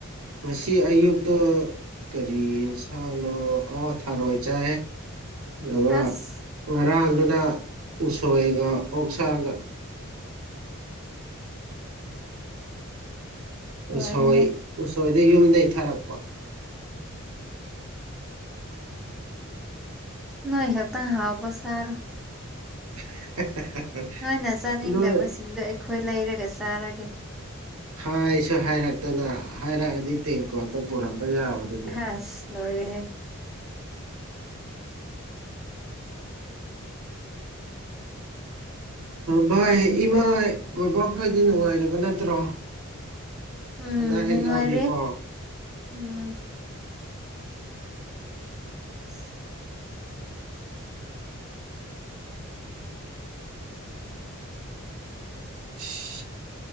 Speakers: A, on the right; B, in the centre.
A: ꯉꯁꯤ ꯑꯌꯨꯛꯇꯣ ꯀꯔꯤ ꯌꯦꯟꯁꯥꯡꯅꯣ ꯑ ꯊꯥꯔꯣꯏ ꯆꯥꯏꯌꯦ ꯑꯗꯨꯒ
B: ꯑꯁ
A: ꯉꯔꯥꯡꯗꯨꯅ ꯎꯁꯣꯏꯒ ꯑꯣꯛꯁꯥꯒ
B: ꯂꯣꯏꯔꯦꯍꯦ
A: ꯎꯁꯣꯏ ꯎꯁꯣꯏꯗꯤ ꯌꯨꯝꯗꯒꯤ ꯊꯥꯔꯛꯄ
B: ꯅꯣꯏ ꯈꯛꯇ ꯍꯥꯥꯎꯕ ꯆꯔꯣ
A: <unintelligible>
B: ꯅꯣꯏꯅ ꯆꯥꯅꯤꯡꯗꯕꯁꯤꯡꯗꯣ
A: ꯅꯣꯏ
B: ꯑꯩꯈꯣꯏ ꯂꯩꯔꯒ ꯆꯥꯔꯒꯦ
A: ꯍꯥꯏꯁꯨ ꯍꯥꯏꯔꯛꯇꯅ ꯍꯥꯏꯔꯛꯑꯗꯤ ꯇꯦꯡꯀꯣꯇ ꯄꯨꯔꯛꯄ ꯌꯥꯕꯗꯣ
B: ꯑꯁ ꯂꯣꯏꯔꯦꯍꯦ
A: ꯚꯥꯏ ꯏꯃꯥ ꯕꯕꯥ ꯈꯣꯏꯗꯤ ꯅꯨꯡꯉꯥꯏꯔꯤꯕ ꯅꯠꯇ꯭ꯔꯣ
B: ꯎꯝ
A: ꯑꯅ ꯑꯌꯦꯛ
B: ꯅꯨꯡꯉꯥꯏꯔꯦ
A: ꯌꯥꯎꯗꯦꯀꯣ
B: ꯎꯝ <unintelligible> ꯎꯝ
A: ꯏꯁ,